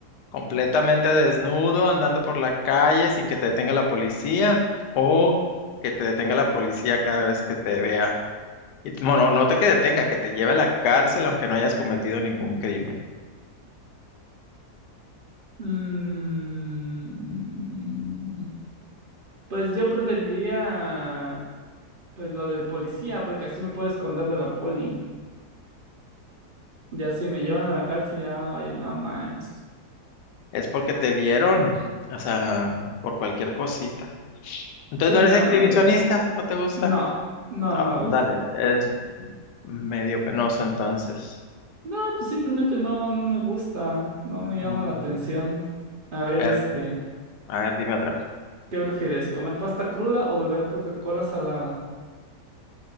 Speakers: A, on the left; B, on the right.
A: completamente desnudo, andando por la calle sin que te detenga la policía o que te detenga la policía cada vez que te vea. Y t- bueno, no te que detenga, que te lleve a la cárcel aunque no hayas cometido ningún crimen.
B: mm, pues yo preferiría pues lo del policía, porque así me puedo esconder de la poli. Ya si me llevan a la cárcel, ya, ay, no manches.
A: Es porque te vieron, o sea, por cualquier cosita. Entonces
B: Sí,
A: no eres
B: no,
A: exhibicionista,
B: no, pero
A: no te gusta.
B: no, no,
A: No,
B: no me gusta.
A: dale, eres medio penoso entonces.
B: No, pues simplemente no, no me gusta, no me llama
A: Mm,
B: la atención. A ver,
A: pero,
B: este,
A: a ver, dime otra.
B: ¿qué prefieres? ¿Comer pasta cruda o beber Coca-Cola salada?